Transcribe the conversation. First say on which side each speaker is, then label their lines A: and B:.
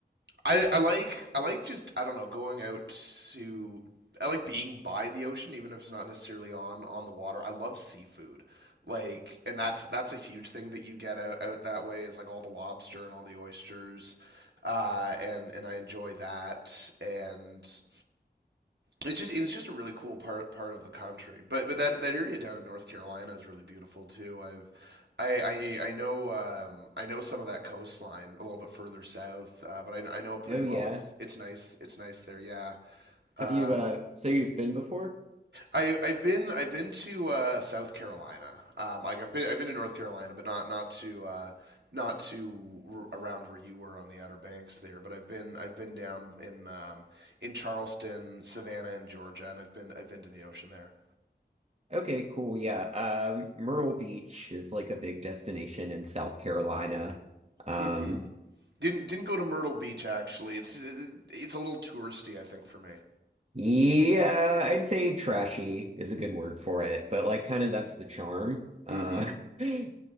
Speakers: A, on the right (about 75°); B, on the right (about 35°).
A: i i like i like just i don't know going out to i like being by the ocean even if it's not necessarily on on the water i love seafood like and that's that's a huge thing that you get out, out that way is like all the lobster and all the oysters uh and and i enjoy that and it's just it's just a really cool part part of the country. But but that that area down in North Carolina is really beautiful too. I've I I, I know um, I know some of that coastline a little bit further south, uh, but I, I know it pretty
B: Oh
A: well.
B: yeah.
A: It's it's nice it's nice there. Yeah. Um,
B: Have you uh so you've been before?
A: I, I've been I've been to uh, South Carolina. Um, like I've been I've been to North Carolina, but not not to uh, not to r- around where you were on the Outer Banks there. But I've been I've been down in um, in Charleston, Savannah, and Georgia, and I've been I've been to the ocean there.
B: Okay, cool. Yeah. Um Myrtle Beach is like a big destination in South Carolina. Um
A: hmm Didn't didn't go to Myrtle Beach actually. It's uh, it's a little touristy, I think, for me.
B: Yeah, I'd say trashy is a good word for it, but like kind of that's the charm. Uh
A: hmm
B: <laughs> I